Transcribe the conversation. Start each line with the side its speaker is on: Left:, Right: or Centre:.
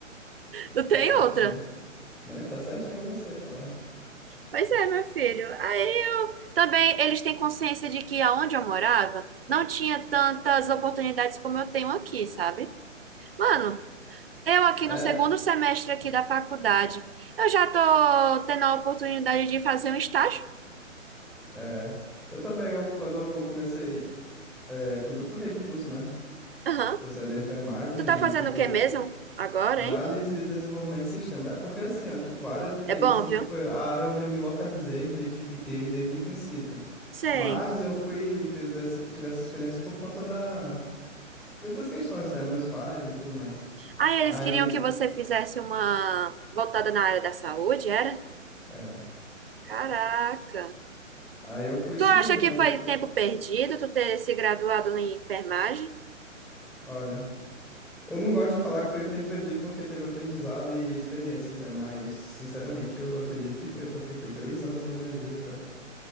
Right: Não
Centre: Tá
Right: tem
Centre: certinho.
Right: outra.
Centre: Não, e tá certinho você, claro.
Right: Pois é, meu filho. Aí eu também eles têm consciência de que aonde eu morava não tinha tantas oportunidades como eu tenho aqui, sabe? Mano, eu aqui
Centre: É,
Right: no segundo semestre aqui da faculdade, eu já tô tendo a oportunidade de fazer um estágio.
Centre: é. Eu também, eu, quando eu comecei, é, quando eu troquei de curso, né?
Right: Aham.
Centre: Que eu saí da enfermagem
Right: Tu tá fazendo
Centre: e fui fazer
Right: o que mesmo agora,
Centre: análise
Right: hein?
Centre: e desenvolvimento de sistema. É porque assim, ó, tipo, a área do TI
Right: É bom,
Centre: sempre
Right: viu?
Centre: foi a área onde eu me localizei, me identifiquei desde o princípio.
Right: Sei.
Centre: Mas eu fui, fiz essa, tive essa experiência por conta da, de outras questões, né? Meus pais e tudo mais.
Right: Aí eles
Centre: Aí,
Right: queriam que você fizesse uma voltada na área da saúde, era?
Centre: era.
Right: Caraca.
Centre: Aí eu fui
Right: Tu
Centre: seguindo,
Right: acha que
Centre: né? o-
Right: foi tempo perdido tu ter se graduado em enfermagem?
Centre: Olha. Eu não gosto de falar que foi tempo perdido porque teve aprendizado e experiências, né? Mas, sinceramente, eu acredito que foi, porque foi três anos da minha vida, cara.